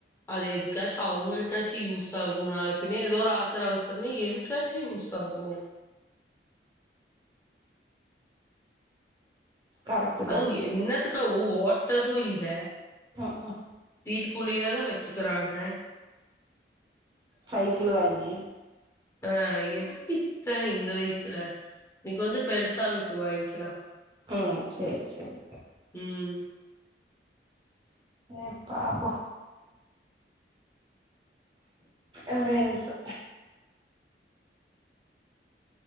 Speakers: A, on the left (about 15°); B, on the right (about 25°).
A: அது எதுக்காச்சு அவுங்களுக்காச்சு யூஸ் ஆகு நாள பின்ன ஏதோ ஒரு ஆத்தர அவசரம்னா எதுக்காச்சு யூஸ் ஆகு
B: கரெக்ட்
A: அது
B: தா
A: என்னத்துக்காவு ஓட்றது இல்ல
B: ம் ம்
A: வீட்டுக்குள்ளயே தா வச்சிக்கராங்க
B: சைக்கிள் வாங்கி
A: அ எதுக்கு இத்தன இந்த வயசுல நகனி கொஞ்சோ பெருசாகட்டு வாய்க்லா
B: ம் சேரி சேரிப்பா
A: ம்
B: என்ன பாப்போ ஒரே நிம்ஷோ